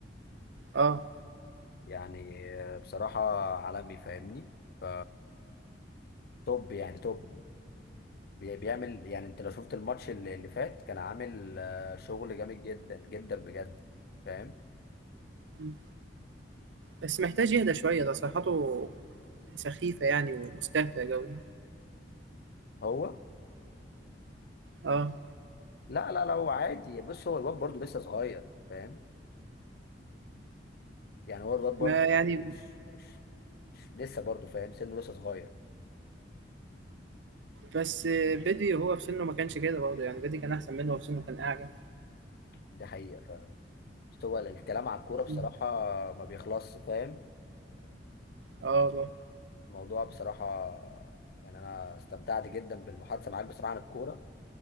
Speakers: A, on the right (about 75°); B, on the left (about 60°).
A: آه،
B: يعني آه، بصراحه عالمي فاهمني ف توب يعني توب بي- بيعمل يعني انت لو شفت الماتش اللي اللي فات كان عامل آه، شغل جامد جدا جدا بجد فاهم
A: إمم، بس محتاج يهدى شوية تصريحاته سخيفة يعني ومستهتر أوي،
B: هو
A: آه،
B: لا لا لا هو عادي بص هو الواد برضه لسه صغير فاهم يعني هو الواد برضه
A: ما يعني
B: مش مش مش لسه برضه فاهم سنه لسه صغير
A: بس بدري وهو في سنّه ما كانش كده برضه يعني بدري كان أحسن منّه وهو في سنّه كان أعجب،
B: دي حقيقة ف بس هو الكلام على الكورة بصراحة
A: إمم،
B: ما بيخلصش فاهم
A: آه والله،
B: فالموضوع بصراحة يعني أنا استمتعت جدا بالمحادثة معاك بصراحة عن الكورة